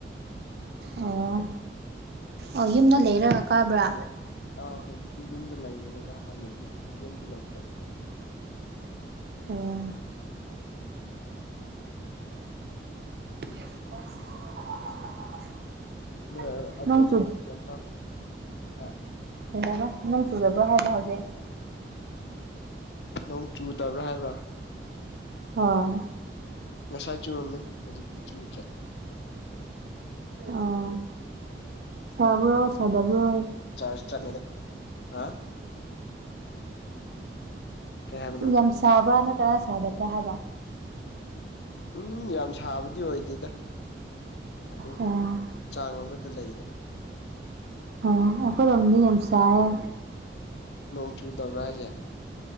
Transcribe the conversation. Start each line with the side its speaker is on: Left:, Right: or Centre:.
Right: ꯑꯣ ꯑꯣ ꯌꯨꯝꯗ ꯂꯩꯔꯒ ꯀꯥꯕ꯭ꯔꯥ
Left: ꯑꯥ ꯍꯧꯖꯤꯛꯇꯤ ꯌꯨꯝꯗ ꯂꯩꯈ꯭ꯔꯦꯗ ꯍꯥꯟꯅꯗꯤ ꯌꯨꯝꯗ ꯂꯩꯇꯦ
Right: ꯑꯣ <inaudible>
Left: ꯑꯗꯣ
Right: ꯅꯣꯡ
Left: ꯑꯗꯣ <unintelligible>
Right: ꯑꯗꯨꯅ ꯅꯪ ꯆꯨꯔꯕ꯭ꯔꯣ ꯍꯥꯏꯕ ꯍꯧꯖꯤꯛ
Left: ꯅꯣꯡ ꯆꯨꯗꯕ꯭ꯔꯥ ꯍꯥꯏꯕ꯭ꯔꯥ
Right: ꯑꯣ
Left: ꯉꯁꯥꯏ ꯆꯨꯔꯝꯃꯦ ꯍꯧꯖꯤꯛꯇꯤ ꯆꯨꯗ꯭ꯔꯦ
Right: ꯑꯣ ꯁꯥꯕ꯭ꯔꯣ ꯁꯗꯕ꯭ꯔꯣ
Left: ꯆꯔꯁ <unintelligible> ꯍꯥ ꯀꯩ ꯍꯥꯏꯕꯅꯣ
Right: ꯌꯥꯝ ꯁꯥꯕ꯭ꯔ ꯅꯠꯇ꯭ꯔꯒ ꯁꯥꯗꯕ꯭ꯔꯥ ꯍꯥꯏꯕ
Left: ꯎꯝ ꯌꯥꯝ ꯁꯥꯕꯗꯤ ꯑꯣꯏꯗꯦꯗ ꯑꯗꯨꯝ
Right: ꯑꯣ
Left: ꯆꯥꯡ ꯑꯃꯗ ꯂꯩꯗ
Right: ꯑꯣ ꯑꯩꯈꯣꯏꯔꯣꯝꯗꯤ ꯌꯥꯝ ꯁꯥꯏꯌꯦ
Left: ꯅꯣꯡ ꯆꯨꯗꯕ꯭ꯔꯥ ꯍꯥꯏꯁꯦ